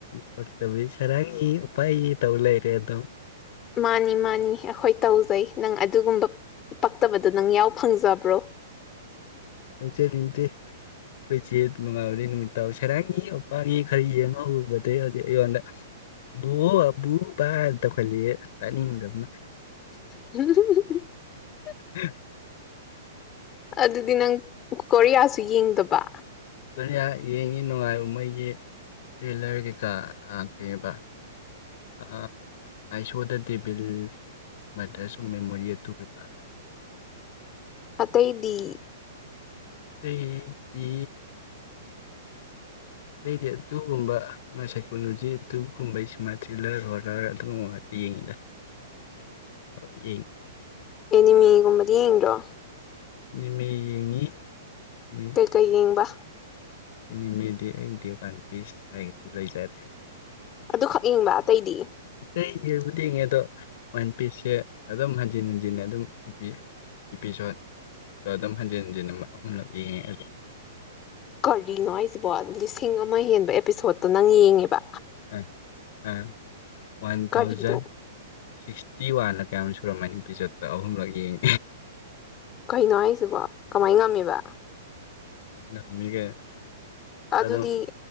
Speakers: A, on the left; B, on the left.
A: ꯄꯛꯇꯕꯤ ꯁꯔꯥꯡꯉꯦ ꯎꯨꯄꯥꯌꯦ ꯇꯧ ꯂꯩꯔꯦ ꯑꯗꯨꯝ꯫
B: ꯃꯥꯅꯤ ꯃꯥꯅꯤ ꯑꯩꯈꯣꯏ ꯇꯧꯖꯩ ꯅꯪ ꯑꯗꯨꯒꯨꯝꯕ ꯄꯛꯇꯕꯗꯣ ꯅꯪ ꯌꯥꯎ ꯐꯪꯖꯕꯔꯣ꯫
A: ꯌꯥꯎꯖꯅꯤꯡꯗꯦ ꯑꯩꯈꯣꯏ ꯆꯦ ꯅꯣꯡꯉꯥꯟꯕꯗꯒꯤ ꯅꯨꯃꯤꯠ ꯇꯥꯕꯐꯥꯎ ꯁꯥꯔꯥꯡꯉꯦ ꯎꯄꯥꯌꯦ ꯈꯔ ꯌꯦꯡ ꯍꯧꯔꯨꯕꯗꯒꯤ ꯍꯧꯖꯤꯛ ꯑꯩꯉꯣꯟꯗ ꯕꯣ ꯕꯨ ꯕ ꯇꯧꯍꯠꯂꯛꯑꯦ ꯇꯥꯅꯤꯡꯗꯕꯅ꯫
B: <unintelligible>
A: <unintelligible>
B: ꯑꯗꯨꯗꯤ ꯅꯪ ꯀꯣ ꯀꯣꯔꯤꯌꯥꯁꯨ ꯌꯦꯡꯗꯕ꯫
A: ꯀꯣꯔꯤꯌꯥ ꯌꯦꯡꯉꯤ ꯅꯨꯡꯉꯥꯇꯕ ꯃꯣꯏꯒꯤ ꯊꯔꯤꯂꯔ ꯀꯩꯀꯥ ꯑ ꯀꯩꯕ ꯑ ꯑꯥꯏ ꯁꯣ ꯗ ꯗꯤꯕꯤꯜ ꯃꯦꯇꯔꯁ ꯑꯣꯞ ꯃꯦꯃꯣꯔꯤ ꯑꯗꯨ ꯀꯩꯀꯥ ꯌꯦꯡꯉꯤ꯫
B: ꯑꯇꯩꯗꯤ꯫
A: ꯑꯇꯩꯗꯤ ꯑꯇꯩꯗꯤ ꯑꯗꯨꯒꯨꯝꯕ ꯉ ꯁꯏꯀꯣꯂꯣꯖꯤ ꯗꯨꯒꯨꯝꯕꯩ ꯁꯤꯃꯥ ꯊꯔꯤꯂꯔ ꯍꯣꯔꯂ ꯑꯗꯨꯒꯨꯝꯕ ꯈꯛꯇ ꯌꯦꯡꯉꯤꯗ <unintelligible>
B: ꯑꯦꯅꯤꯃꯦ ꯒꯨꯝꯕꯗꯤ ꯌꯦꯡꯗ꯭ꯔꯣ꯫
A: ꯑꯦꯅꯤꯃꯦ ꯌꯦꯡꯉꯤ꯫ ꯑꯦꯅꯤꯃꯦ
B: ꯀꯩꯀꯩ ꯌꯦꯡꯕ꯫
A: ꯑꯦꯅꯤꯃꯦꯗꯤ ꯑꯩꯒꯤꯗꯤ ꯋꯥꯟ ꯄꯤꯁ ꯍꯥꯏꯒꯔꯗꯤ ꯂꯣꯏꯔꯦ꯫
B: ꯑꯗꯨ ꯈꯛ ꯌꯦꯡꯕ ꯑꯇꯩꯗꯤ
A: ꯑꯇꯩ ꯌꯦꯡꯕꯨꯗꯤ ꯌꯦꯡꯉꯦ ꯑꯗꯣ ꯋꯥꯟ ꯄꯤꯁ ꯁꯦ ꯑꯗꯨꯝ ꯍꯟꯖꯤꯟ ꯍꯟꯖꯤꯟ ꯑꯗꯨꯝ ꯏꯄꯤ ꯏꯄꯤꯁꯣꯠ ꯇꯣ ꯍꯟꯖꯤꯡ ꯍꯟꯖꯤꯟ ꯑꯍꯨꯝꯂꯛ ꯌꯦꯡꯉꯦ꯫
B: ꯀꯔꯤꯅꯣ ꯍꯥꯏꯖꯤꯕꯣ ꯑꯗꯨꯗꯤ ꯂꯤꯁꯤꯡ ꯑꯃ ꯍꯦꯟꯕ ꯏꯄꯤꯁꯣꯠꯇꯣ ꯅꯪ ꯌꯦꯡꯉꯤꯕ꯫
A: ꯎꯝ ꯎꯝ ꯋꯥꯟ
B: ꯀꯔꯤꯅꯣ
A: ꯊꯥꯎꯖꯟ ꯁꯤꯁ ꯊꯤꯋꯥꯅ ꯀꯌꯥꯝ ꯁꯨꯔꯝꯃꯅꯤ ꯏꯄꯤꯁꯣꯠꯇꯣ ꯑꯍꯨꯝ ꯂꯛ ꯌꯦꯡ
B: ꯀꯩꯅꯣ ꯍꯥꯏꯖꯤꯕꯣ ꯀꯃꯥꯏ ꯉꯝꯃꯤꯕ꯫
A: ꯉꯝꯃꯤꯅꯤ ꯀꯩꯅꯣ꯫
B: ꯑꯗꯨꯗꯤ
A: ꯑꯗꯨꯝ